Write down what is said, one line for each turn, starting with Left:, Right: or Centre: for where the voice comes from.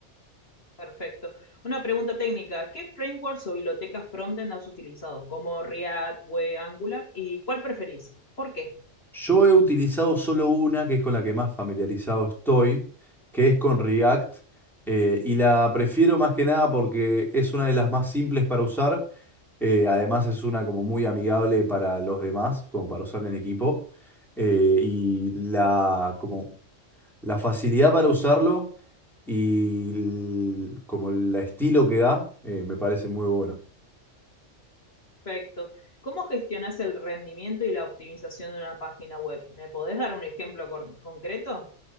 Left: Perfecto. Una pregunta técnica. ¿Qué frameworks o bibliotecas frontend has utilizado? Como React, Vue, Angular. ¿Y cuál preferís? ¿Por qué?
Centre: Yo he utilizado solo una, que es con la que más familiarizado estoy, que es con React, eh, y la prefiero más que nada porque es una de las más simples para usar, eh, además es una como muy amigable para los demás, como para usar en equipo, eh, y la, como, la facilidad para usarlo y el- como el estilo que da, eh, me parece muy bueno.
Left: Perfecto. ¿Cómo gestionas el rendimiento y la optimización de una página web? ¿Me podés dar un ejemplo cor- concreto?